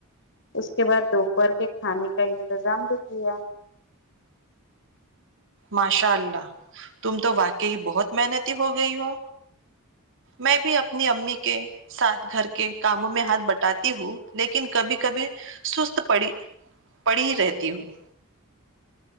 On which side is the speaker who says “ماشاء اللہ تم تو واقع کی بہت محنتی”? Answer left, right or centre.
Right